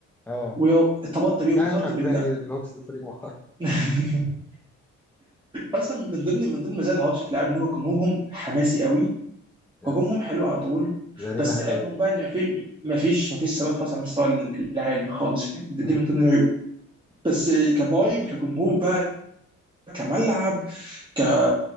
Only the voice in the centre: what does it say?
اه
دي
حاجه مش عجباني
لان الهوكس ده فريق محترم
يس
الارينا
حلوه
قوي
مم.